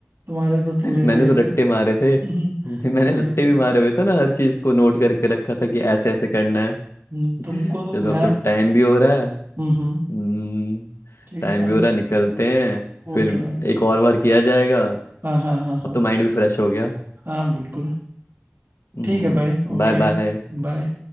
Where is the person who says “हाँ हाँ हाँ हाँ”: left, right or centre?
Right